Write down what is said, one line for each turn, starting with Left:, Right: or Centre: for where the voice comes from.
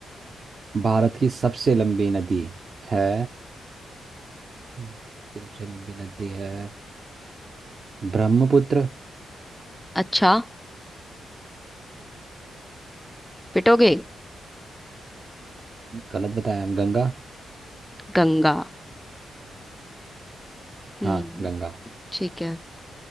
Right: भारत की सबसे लंबी नदी है भारत की सबसे लंबी नदी है ब्रह्मपुत्र
Centre: अच्छा पिटोगे
Right: गलत बताया मैम गंगा
Centre: गंगा हम्म
Right: हाँ गंगा
Centre: ठीक है